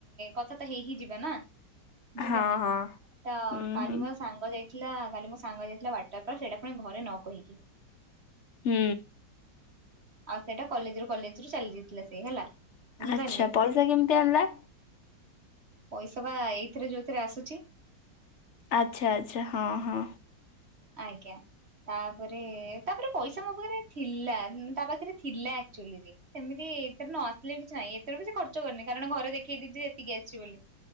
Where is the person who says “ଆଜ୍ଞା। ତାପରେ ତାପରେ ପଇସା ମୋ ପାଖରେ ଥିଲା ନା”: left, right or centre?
Right